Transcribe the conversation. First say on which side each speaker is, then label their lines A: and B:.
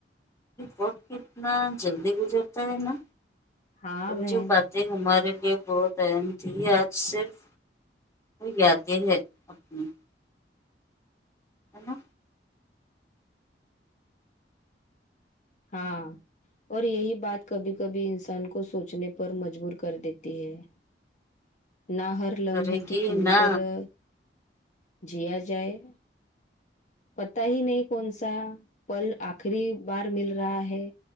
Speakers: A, on the left (about 15°); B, on the left (about 45°).
A: وقت کتنا جلدی گزرتا ہے نا
B: ہاں
A: اور
B: بہن
A: جو بات باتیں ہمارے لیے بہت اہم تھی آج صرف یادیں ہے اپنی ہلو
B: ہاں اور یہی بات کبھی کبھی انسان کو سوچنے پر مجبور کر دیتی ہے نہ ہر لمحے
A: کرے
B: کہ
A: گی
B: پوری
A: نا
B: طرح جیا جائے پت ہی نہیں کون سا پل آخری بار مل رہا ہے